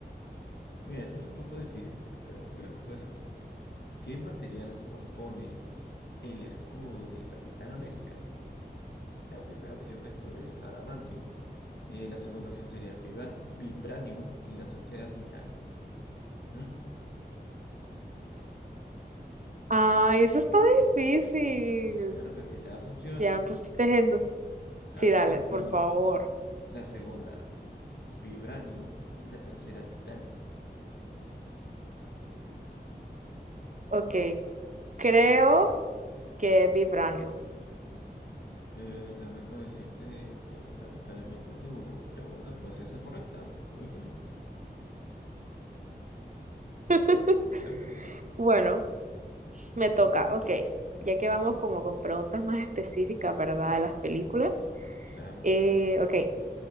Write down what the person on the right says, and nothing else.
Ay, eso está difícil.
Ya me pusiste en... du- Sí,
dale, por favor.
Ok, creo que es Vibranium.
<laughs>
Bueno, me toca, ok. Ya que vamos como con preguntas más específicas, ¿verdad? De las películas.
Eh, ok,